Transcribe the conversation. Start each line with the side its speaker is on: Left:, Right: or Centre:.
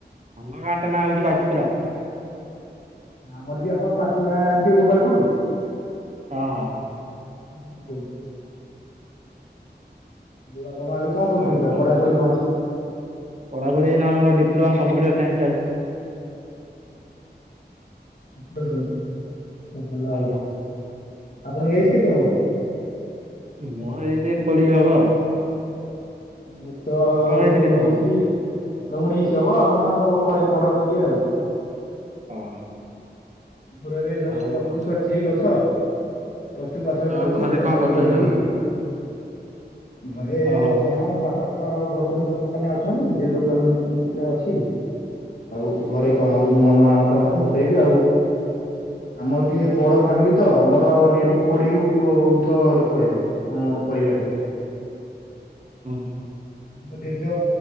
Right: ଆମ ଗାଁ ଟା ନାଁ ହଉଚି ବାଜପୁରା।
Left: ଆମର ବି ଆପଣ ପାଖ ଗାଁ ଜାଣିଥିବେ ଗୋପାଳପୁର।
Right: ହଁ ହଁ।
Left: <unintelligible> ହଉ ଆପଣ ଏବେ କଣ କରୁଛନ୍ତି?
Right: ଆଉ
Left: ସାର୍
Right: କଣ
Left: ପଢାପଢି କଣ?
Right: ପଢାପଢି ଏଇନା ଆମର ଡିପ୍ଲୋମା କମ୍ପୁଟର ସାଇନ୍ସ ଚାଲିଛି।
Left: ଭଲ ଆଉ।
Right: ଆଜ୍ଞା।
Left: ଆପଣଙ୍କ ଏଜ୍ କେତେ ହବ?
Right: ମୋର ଏଜେ କୋଡିଏ ହବ ଆଉ।
Left: ମୋର ତ
Right: ଆପଣ ଏଜ୍
Left: ସେଇ
Right: କେତେ
Left: ଉଣେଇଶି
Right: ହବ?
Left: ଉଣେଇଶି ହବ ଆପଣ ବଡେ ବଡ ଟିକେ ଆଉ।
Right: ହଁ।
Left: ମୋର ଏବେ ଜଷ୍ଟ
Right: ଆଉ
Left: ପ୍ଲସ
Right: କଣ
Left: ଟୁ ସରିଛି। ଏଇ ବର୍ଷ। ପ୍ଲସ୍ ଟୁ ପାସ୍ ଆଉଟ୍
Right: ଆଉ
Left: କରିଛି।
Right: ଘରେ
Left: ପ୍ଲସ୍
Right: କଣ
Left: ଥ୍ରୀ
Right: କରୁଛନ୍ତି
Left: କରିବି
Right: ସମସ୍ତେ?
Left: ଘରେ
Right: ଓହୋ
Left: ହଁ ବାପା ତ ବର୍ତନ ଦୋକାନରେ ଅଛନ୍ତି ଏ ଦୋକାନ କୋଉଟା ଅଛି। ଆଉ ଘରେ କଣ ଆଉ ମୋ ମାଁ ତ ତ ହାଉସ ହେଇବି ଆଉ। ଆମର ଟିକେ ବଡ ଫ୍ୟାମିଲି ତ ଆମର ନିହାତି କୋଡିଏରୁ ଉଦ୍ଧ ଲୋକ ହେବେ। ଆମ ପରିବାରରେ
Right: ହୁ ହୁ।
Left: ମୋ ଜେଜ